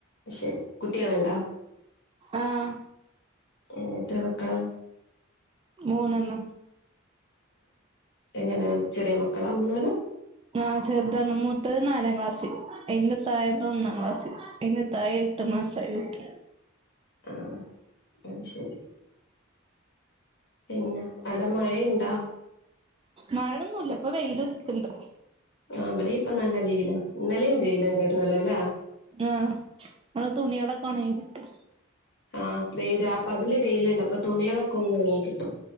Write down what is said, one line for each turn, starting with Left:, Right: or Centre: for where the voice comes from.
Left: ശരി, കുട്ടികള്ണ്ടോ?
Right: ആഹ്
Left: ഏ എത്ര മക്കളാ
Right: മൂന്നെണ്ണം
Left: എങ്ങനെ ചെറിയ മക്കളാ മൂന്നാളും
Right: ആഹ് ചെറ്താണ് മൂത്തത് നാലാം ക്ലാസ്സില് അയിന്റതായെ ഒന്നാം ക്ലാസ് അയിന്റതായെ എട്ട് മാസായ കുട്ടി
Left: ആഹ് അത് ശരി പിന്നെ അടെ മഴയിണ്ടാ
Right: മഴൊന്നുല്ല ഇപ്പൊ വെയില് ഉതിക്ക്‌ണ്ട്
Left: ആഹ് അവിടെ ഇപ്പ നല്ല വെയില ഇന്നലെയും വെയിലുണ്ടായിരുന്നല്ലല്ലേ
Right: ആഹ് മ്മളെ തുണികളൊക്കെ ഒണങ്ങികിട്ടും
Left: ആഹ് വെയിൽ രാപകല് വെയിലുണ്ട് അപ്പൊ തുണികളൊക്കെ ഒന്നൊണങ്ങി കിട്ടും